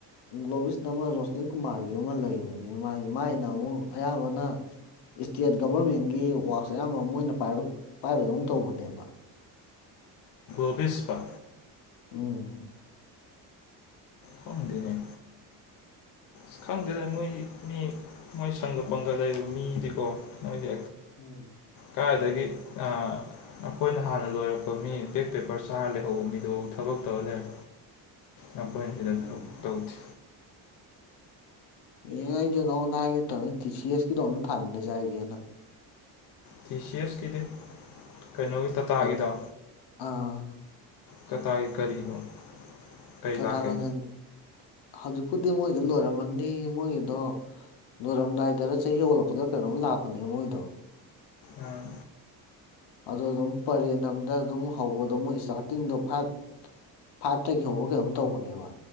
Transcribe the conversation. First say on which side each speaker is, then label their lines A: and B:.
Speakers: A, on the left; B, on the left.
A: ꯒ꯭ꯂꯣꯕꯤꯁ ꯑꯃ ꯔꯣꯁꯅꯤ ꯀꯨꯃꯥꯔꯒꯤ ꯑꯃ ꯂꯩꯕꯅꯤꯅ ꯃꯥꯒꯤ ꯃꯥꯒꯤꯅ ꯑꯃꯨꯛ ꯑꯌꯥꯝꯕꯅ ꯏꯁꯇꯦꯠ ꯒꯚꯔꯃꯦꯟꯒꯤ ꯋꯥꯛꯁ ꯑꯌꯥꯝꯕ ꯃꯣꯏꯅ ꯄꯥꯏꯕꯗꯧꯨꯛ ꯇꯧꯕꯅꯦꯕ
B: ꯣꯕꯤꯤꯁꯄ
A: ꯎꯝ
B: ꯐꯗꯅꯦ ꯑ ꯈꯪꯗꯦꯗ ꯅꯣꯏ ꯃꯤ ꯅꯣꯏ ꯁꯪꯒ ꯄꯪꯒ ꯂꯩꯔꯤꯕ ꯃꯤꯗꯤꯀꯣ ꯅꯣꯏꯗꯤ
A: ꯎꯝ
B: ꯀꯥꯏꯗꯒꯤ ꯑꯩꯈꯣꯏꯅ ꯍꯥꯟꯅ ꯂꯣꯏꯔꯛꯄ ꯃꯤꯄꯦꯛ ꯄꯦꯄꯔ ꯆꯥꯔ ꯂꯩꯍꯧꯕ ꯃꯤꯗꯨ ꯊꯕꯛ ꯇꯧꯔ ꯂꯩꯔꯦ ꯑꯩꯈꯣꯏꯅ
A: ꯎꯝ
B: ꯁꯤꯗ ꯈꯔꯐꯥꯎ
A: ꯎꯝ
B: ꯇꯧꯗꯦ
A: ꯑꯦꯡ ꯑꯩꯁꯦ ꯅꯉꯣꯟꯗ ꯍꯥꯏꯒꯦ ꯇꯧꯅꯤ ꯇꯤ ꯁꯤ ꯑꯦꯁ ꯀꯗꯣ ꯑꯝꯇ ꯊꯥꯃꯤꯟꯅꯖꯥꯏꯒꯦꯅ
B: ꯇꯤ ꯁꯤ ꯑꯦꯁꯀꯤꯗꯤ ꯀꯩꯅꯣꯒꯤ ꯇꯥꯇꯥꯒꯤꯗꯣ
A: ꯇꯥ- ꯑꯥ
B: ꯆꯇꯥꯒꯤ ꯀꯔꯤꯅꯣ ꯀꯩ
A: ꯇꯥꯇꯥ
B: ꯂꯥꯛꯀꯦ
A: ꯀꯟꯁꯟ ꯍꯧꯖꯤꯛꯄꯨꯗꯤ ꯃꯣꯏꯗ ꯂꯣꯏꯔꯝꯃꯅꯤ ꯃꯣꯏꯒꯤꯗꯣ ꯂꯣꯏꯔꯝꯗꯥꯏꯗꯗ ꯆꯍꯤ ꯑꯣꯜꯂꯛꯄꯗ ꯀꯩꯅꯣꯝ ꯂꯥꯛꯄꯅꯦ ꯃꯣꯏꯗꯣ
B: ꯑꯝ
A: ꯑꯗ ꯑꯗꯨꯝ ꯄꯔꯦꯟꯗꯝꯗ ꯑꯗꯨꯝ ꯍꯧꯕꯗꯣ ꯑꯃꯨꯛ ꯏꯁꯇꯥꯔꯇꯤꯡꯗꯣ ꯐꯥꯏꯚ ꯐꯥꯏꯚꯇꯒꯤ ꯍꯧꯕ ꯀꯩꯅꯣꯝ ꯇꯧꯕꯅꯦꯕ